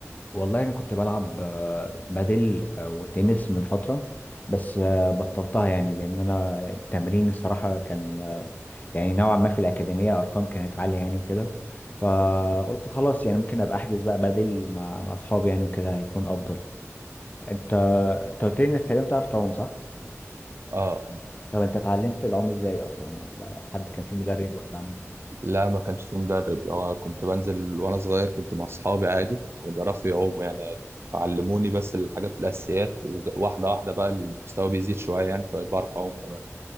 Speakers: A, on the left (about 30°); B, on the right (about 55°).
A: والله انا كنت بلعب آه، بادل آه، وتنس من فترة بس آه، بطلتها يعني لان انا التمرين الصراحة كان آه، يعني نوعا ما في الأكاديمية أرقام كانت عالية يعني وكده فقلت
B: آه.
A: خلاص يعني ممكن أبقى أحجز بقى بدل مع مع أصحابي يعني وكده هيكون أفضل أنت
B: اه
A: أنت قلت لي إنك تقريبا بتعرف تعوم صح؟
B: آه.
A: طب أنت اتعلمت العوم إزاي أصلا ولا حد كان في مدرب ولا عملت إيه؟
B: لا ما كانش في مدرب هو كنت بنزل وانا صغير كنت مع اصحابي عادي هم كانوا بيعرفوا يعوموا يعني عادي علموني بس الحاجات الاساسيات وواحده واحده بقى المستوى بيزيد شويه يعني فبقيت بعرف اعوم تمام